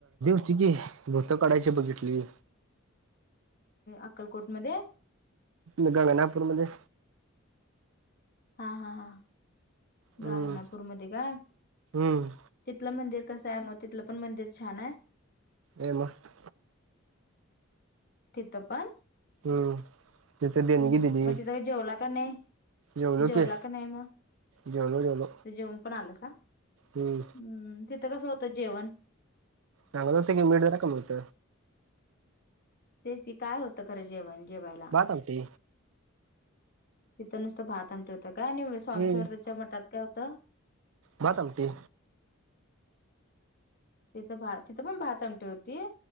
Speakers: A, on the right; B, on the left.
A: तिथे भूत काढायची बघितली
B: अक्कलकोटमध्ये?
A: गंगनापूरमध्ये.
B: हा हा हा
A: हम्म
B: गांगनापूरमध्ये काय?
A: हम्म.
B: तिथलं मंदिर कसंये मग तिथलं पण मंदिर छाने?
A: हे मस्त.
B: तिथं पण?
A: हम्म तिथे देणगी
B: हम्म
A: दिली
B: मग तिथं जेवला का नाही?
A: जेवलो
B: जेवला
A: की
B: का नाही? मग
A: जेवलो जेवलो
B: तिथं जेवून पण आलंसा?
A: हम्म
B: हम्म तिथं कसं होतं जेवण?
A: चागल होत की <unintelligible> मिळत.
B: तेची काय होतं खरं जेवण? जेवायला
A: भात आमटी.
B: तिथ नुसतं भात आमटी काय नि
A: हम्म
B: स्वामी स्वर्थच्या मठात काय होत?
A: भात आमटी
B: तिथं भा तिथं पण भात आमटी होती?